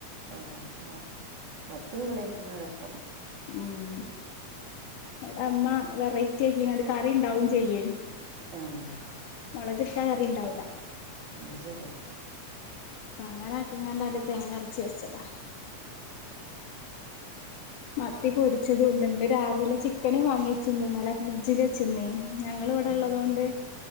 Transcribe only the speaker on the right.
ആ മ മത്തി വിളിയക്കണ രസം
ആഹ്
ആ ശരിയാ
ഉം